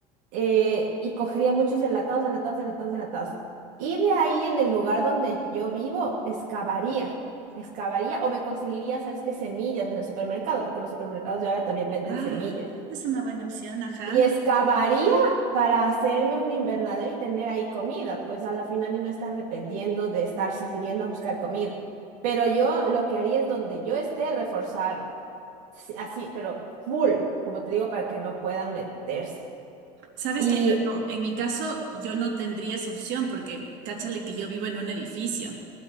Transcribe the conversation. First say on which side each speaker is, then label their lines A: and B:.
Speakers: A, on the right (about 85°); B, on the right (about 65°).
A: eh, y cogería muchos enlatados, enlatados, enlatados, enlatados. Y de ahí, en el lugar donde yo vivo, excavaría, excavaría o me conseguiría, ¿sabes qué? Semillas en el supermercado, porque los supermercados de ahora también venden
B: Ah,
A: semillas.
B: es una buena opción, ajá.
A: Y excavaría para hacerme un invernadero y tener ahí comida, pues a la final y no estar dependiendo de estar saliendo a buscar comida. Pero yo lo que haría es donde yo esté, reforzar sí, así, pero full, como te digo, para que no puedan meterse.
B: Sabes
A: Y
B: que yo no, en mi caso yo no tendría esa opción porque cáchale que yo vivo en un edificio.